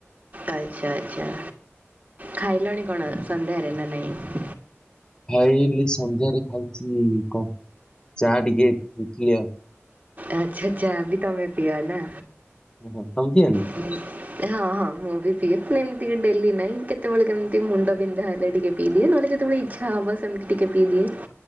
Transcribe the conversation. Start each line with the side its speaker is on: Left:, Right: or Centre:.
Right: ଆଚ୍ଛା ଆଚ୍ଛା ଆଛା, ଖାଇଲଣି କଣ ସନ୍ଧ୍ୟାରେ ନା ନାଇଁ?
Left: ଖାଇଲି ସନ୍ଧ୍ୟାରେ ଖାଇଛି କଣ ଚା ଟିକେ ଖାଇଥିଲି ଆଉ।
Right: ଆଚ୍ଛା ଚା ବି ତମେ ପିଅ ନା।
Left: ଓହୋ ତମେ ପିଅନି?
Right: ହୁଁ। ହଁ ହଁ ମୁଁ ବି ପିଏ ଏମତି ଡେଲି ନାଇଁ କେତେବେଳେ କେମତି ମୁଣ୍ଡ ବିନ୍ଧା ହେଲେ ଟିକେ ପି ଦିଏ ନହେଲେ କେତେବେଳେ ଇଚ୍ଛା ହବ ସେମିତି ଟିକେ ପି ଦିଏ।